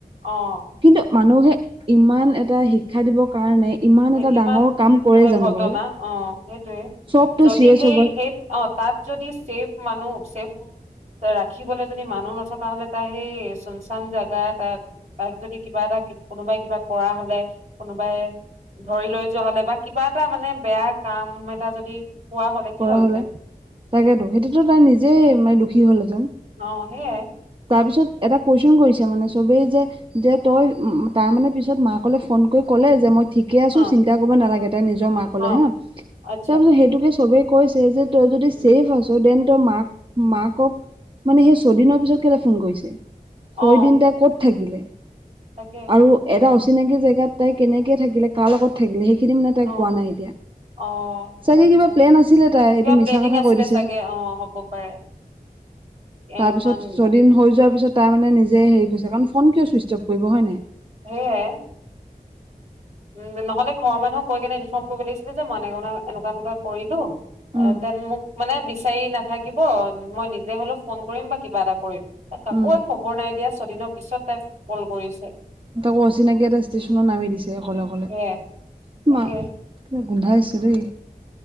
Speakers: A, on the right; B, on the right.
A: অহ।
B: কিন্তু মানুহে ইমান এটা শিক্ষা দিবৰ কাৰণে। ইমান
A: মানে
B: এটা
A: ইমান
B: ডাঙৰ কাম কৰে
A: সেই
B: জানো
A: ঘটনা
B: বাৰু
A: অহ, সেইটোৱে।
B: চবতো
A: যদি
B: চিৰিয়াছ
A: সেই-সেই
B: হৈ গ'ল
A: অহ, তাত যদি চেফ মানুহ চেফ তাত ৰাখিবলে যদি মানুহ নথকা হ'লে তাই সেই চোনচান জাগা এটাত তাইক যদি কিবা এটা, কোনোবাই কিবা কৰা হ'লে, কোনোবাই ধৰি লৈ যোৱা হ'লে বা কিবা এটা মানে বেয়া কাম এটা যদি হোৱা হলে কি
B: কৰা
A: হ'লহেঁতেন
B: হ'লে তাকেতো,
A: উম
B: সেইটোতো তাই নিজেই মানে দুখী হলহেঁতেন।
A: অহ, সেইয়াই।
B: তাৰপিছত এটা কুৱেশচন কৰিছে মানে চবেই যে যে তই তাৰমানে পিছত মাকলে ফোন কৰি ক'লে যে মই ঠিকে আছোঁ
A: অ
B: চিন্তা কৰিব নালাগে, তাই নিজৰ মাকলে
A: অ
B: হা। তাৰ
A: আচ্ছা
B: শপিছত সেইটোকে চবেই কৈছে যে তই যদি
A: উম
B: ছেফ আছ দেন তই মাক মাকক মানে সেই ছদিনৰ পিছত কেলে ফোন কৰিছে।
A: অ
B: ছয় দিন তাই ক'ত থাকিলে?
A: তাকে।
B: আৰু এটা অচিনাকি জেগাত তাই কেনেকে থাকিলে কাৰ লগত থাকিলে সেইখিনি মানে তাই
A: অ
B: কোৱা নাই এতিয়া
A: অ
B: চাগে
A: আচ্ছা
B: কিবা প্লেন আছিলে তাই
A: কিবা
B: এইটো
A: প্লেনিং
B: মিছা কথা
A: আছিলে
B: কৈ দিছে।
A: চাগে অ হ'ব পাৰে এ
B: তাৰ
A: ইমান
B: পিছত ছয়দিন হৈ
A: উম
B: যোৱাৰ পিছত তাৰ মানে নিজে হেৰি কৰিছে কাৰণ ফোন কিয় ছুইচ অফ কৰিব হয় নে নাই।
A: সেইয়াই। উম, নহ'লে ঘৰৰ মানুহ কৈ কেনে ইনফৰ্ম কৰিব লাগিছিলে যে মইনে এনেকুৱ একুৱা কৰিলো। এ
B: উম।
A: দেন মোক মানে বিচাৰি না থাকিব মই নিজে হলেও ফোন কৰিম বা কিবা এটা কৰিম কাকো
B: উম
A: আ খবৰ নাই দিয়া ছদিনৰ পিছত তাই কল কৰিছে।
B: তাকৌ অচিনাকি এটা ষ্টেশচনত নামি দিছে অকলে অকলে
A: সেয়াই তাকে
B: মা কিবা গোন্ধাইছে দেই